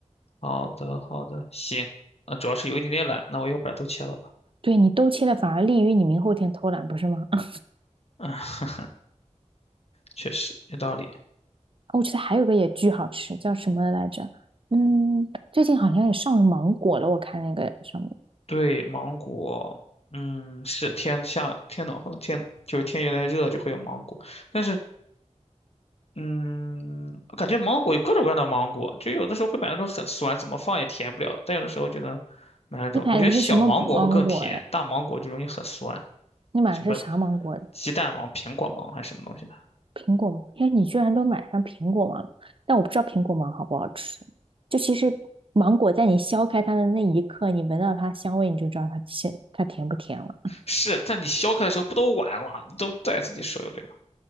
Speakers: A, on the left; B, on the right.
A: 好的，好的，行。啊，主要是有一点点懒，那我一会儿把它都切了吧。
B: 对你都切了，反而利于你明后天偷懒，不是吗？<laughs> 啊，
A: 啊，确实有道理。
B: 我觉得还有个也巨好吃，叫什么来着？嗯，最近好像也上了芒果了，我看那个什么，
A: 对，芒果，嗯，是天下天暖和天，就是天越来越热就会有芒果，但是，嗯，我感觉芒果有各种各样的芒果，就有的时候会买那种很酸，怎么放也甜不了的但有的时候就能买那种，
B: 你买的是什么芒果呀？
A: 我觉得小芒果会更甜，大芒果就容易很酸，
B: 你买的是啥芒果呀
A: 什么鸡蛋芒、苹果芒还是什么东西的。
B: 苹果芒，哎，你居然都买上苹果芒了，但我不知道苹果芒好不好吃。就其实芒果在你削开它的那一刻，你闻到它香味，你就知道它甜，它甜不甜了。
A: 是，但你削开的时候不都完了？你都在自己手里了。